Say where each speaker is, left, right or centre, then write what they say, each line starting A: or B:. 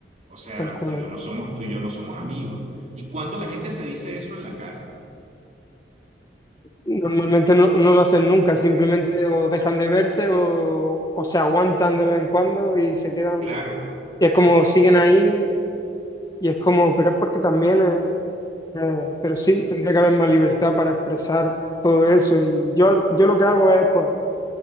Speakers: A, on the right (about 40°); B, on the left (about 20°).
A: O sea,
B: tal cual.
A: tú y yo no somos, tú y yo no somos amigos. ¿Y cuando la gente se dice eso en la cara?
B: Normalmente no, no lo hacen nunca, simplemente o dejan de verse o, o se aguantan de vez en cuando y se quedan.
A: Claro.
B: Y es como siguen ahí y es como, pero es porque también es. Eh, pero sí, tendría que haber más libertad para expresar todo eso. Y yo, yo lo que hago es, pues,